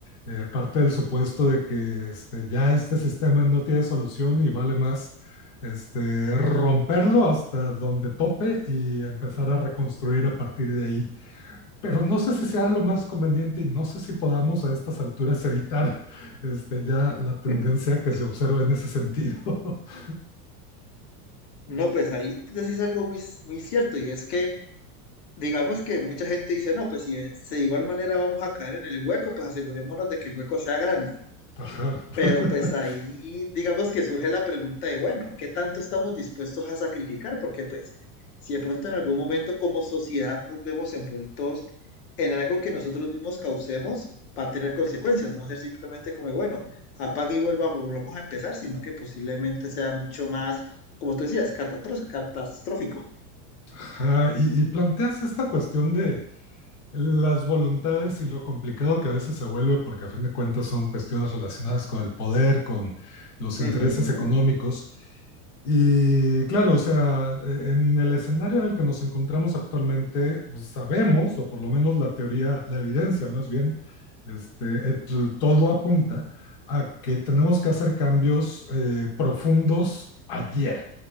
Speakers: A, on the left; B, on the left.
A: eh, parte del supuesto de que este, ya este sistema no tiene solución y vale más este, romperlo hasta donde tope y empezar a reconstruir a partir de ahí. Pero no sé si sea lo más conveniente y no sé si podamos a estas alturas evitar este, ya la tendencia
B: <laughs>
A: que se observa en ese sentido. <laughs>
B: No, pues ahí decís algo muy, muy cierto y es que digamos que mucha gente dice, no, pues si es- si de igual manera vamos a caer en el hueco, pues asegurémonos de que el hueco sea grande.
A: Ajá. <laughs>
B: Pero pues ahí digamos que surge la pregunta de, bueno, ¿qué tanto estamos dispuestos a sacrificar? Porque pues si de pronto en algún momento como sociedad nos vemos envueltos en algo que nosotros mismos causemos, va a tener consecuencias, no va a ser simplemente como, bueno, apague y vuelva, volvamos a empezar, sino que posiblemente sea mucho más, como tú decías, catastro- catastrófico.
A: Ajá, y, y planteas esta cuestión de las voluntades y lo complicado que a veces se vuelve, porque a fin de cuentas son cuestiones relacionadas con el poder, con los
B: Ujú.
A: intereses económicos. Y claro, o sea, e- en el escenario en el que nos encontramos actualmente, pues, sabemos, o por lo menos la teoría, la evidencia más bien, este, et- todo apunta a que tenemos que hacer cambios eh, profundos ayer